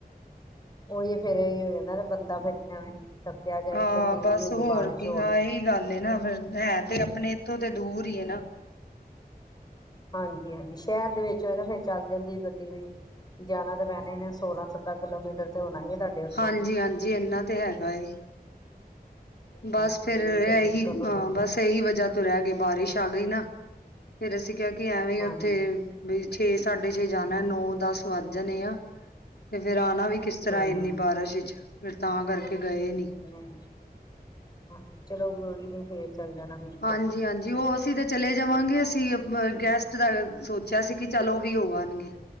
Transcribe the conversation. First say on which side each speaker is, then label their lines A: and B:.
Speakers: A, on the left (about 25°); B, on the left (about 85°).
A: ਉਹੀ ਫੇਰ ਇਹ ਹੋ ਜਾਂਦਾ ਨਾ, ਬੰਦਾ ਫਿਰ ਐਵੇਂ ਡੱਕਿਆ ਜਾਏ
B: ਹਾਂ
A: ਉੱਥੇ ਤੇਜ਼
B: ਬਸ
A: ਹੋ ਜਾਏ ਬਾਰਿਸ਼
B: ਕੀ
A: ਹੋਰ
B: ਆ ਇਹੀ ਗੱਲ ਏ ਨਾ ਫਿਰ ਹੈ ਤੇ ਆਪਣੇ ਇੱਥੋਂ ਤੇ ਦੂਰ ਹੀ ਹੈ ਨਾ
A: ਹਾਂਜੀ, ਹਾਂਜੀ ਸ਼ਹਿਰ ਦੇ ਵਿੱਚ ਨਾ ਫੇਰ ਚੱਲ ਜਾਂਦੀ ਗੱਡੀ ਵੀ ਜਾਣਾ ਤਾਂ ਪੈਣਾ <unintelligible> ਸੋਲਾਂ ਸੱਤਾਂ ਕਿਲੋਮੀਟਰ ਤੇ ਹੋਣਾ ਹੀ ਹੈ, ਤੁਹਾਡੇ ਉੱਥੋਂ।
B: ਹਾਂਜੀ ਹਾਂਜੀ ਇਨਾ ਤੇ ਹੈਗਾ ਏ। ਬਸ
A: ਉਹੀ
B: ਫੇਰ
A: ਫਿਰ
B: ਇਹੀ
A: ਦਿੱਕਤ ਹੋ
B: ਹਾਂ
A: ਜਾਂਦੀ
B: ਬਸ ਇਹੀ ਵਜ੍ਹਾ ਤੋਂ ਰਹਿ ਗਏ ਬਾਰਿਸ਼ ਛਾ ਗਈ ਨਾ ਫੇਰ ਅਸੀਂ ਕ ਕਿ ਐਵੇਂ
A: ਹਾਂਜੀ
B: ਉੱਥੇ ਵੀ ਫੇਰ ਸਾਡੇ ਜੇ ਜਾਣਾ ਨੌ ਦਸ ਵੱਜ ਜਾਣੇ ਆ ਤੇ ਫੇਰ ਆਉਣਾ ਵੀ ਕਿਸ ਤਰ੍ਹਾਂ
A: ਹੂੰ-ਹੂੰ
B: ਇੰਨੀ ਬਾਰਿਸ਼ ਵਿੱਚ ਫੇਰ ਤਾਂ ਕਰਕੇ ਕੇ ਗਏ ਨੀ
A: ਨਹੀਂ ਹਾਂ ਚਲੋ ਗੋਰੀ ਨੇ ਫੇਰ ਚੱਲ ਜਾਣਾ ਵਿੱਚ
B: ਹਾਂਜੀ ਹਾਂਜੀ ਉਹ ਅਸੀਂ ਤਾਂ ਚਲੇ ਜਾਵਾਂਗੇ ਅਸੀਂ ਅ ਗੈਸਟ ਦਾ ਸੋਚਿਆ ਸੀ ਕਿ ਚੱਲ ਉਹ ਵੀ ਹੋ ਆਣਗੇ